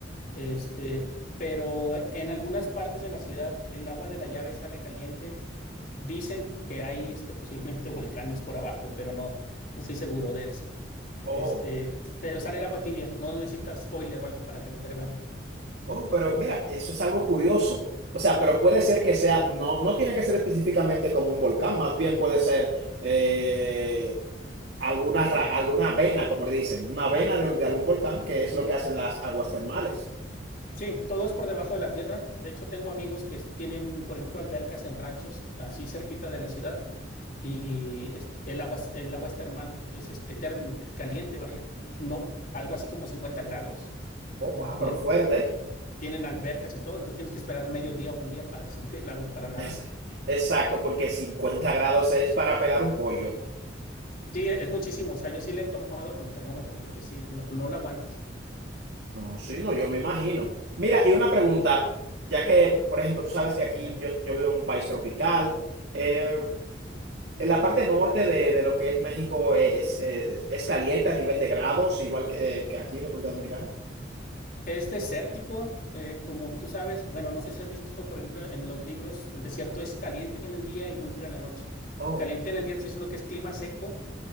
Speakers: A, on the left (about 50°); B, on the right (about 60°).
A: este, pero en algunas partes de la ciudad el agua de la llave sale caliente. Dicen que hay este, posiblemente <laughs> volcanes por abajo, pero no, no estoy seguro de eso.
B: Oh,
A: Este, pero sale el agua tibia, no necesitas boiler o algo para calentar el agua.
B: oh, pero mira, eso es algo curioso. O sea, pero puede ser que sea, no, no tiene que ser específicamente como un volcán, más bien puede ser eh, alguna, ra- alguna vena, como le dicen, una vena de, de algún volcán, que es lo que hacen las aguas termales.
A: Sí, todo es por debajo de la tierra. De hecho, tengo amigos que tienen, por ejemplo, albercas en ranchos así cerquita de la ciudad y es- el agua, es- el agua es termal, es este term- es caliente, vaya, no, algo así como 50 grados
B: Oh,
A: y
B: ah,
A: tienen,
B: pero fuerte.
A: tien- tienen albercas y todo, entonces tienes que esperar medio día o un día para que se enfríe el agua para nadar.
B: Es- Exacto, porque 50 grados es para pelar un pollo.
A: Sí, es muchísimo, o sea, yo sí le he tomado con termómetro porque sí, no, no la aguantas.
B: No, sí, no, yo me imagino. Mira, y una pregunta, ya que, por ejemplo, tú sabes que aquí
A: Sí.
B: yo, yo vivo en un país tropical, eh, en la parte norte de, de lo que es México es, es, es caliente a nivel de grados, igual que, que aquí en República Dominicana.
A: Es desértico, eh, como tú sabes. Bueno, no sé si has visto, por ejemplo, en los libros, el desierto es caliente en el día y muy frío en la noche.
B: Oh,
A: Caliente en el día, te estoy diciendo que es clima seco,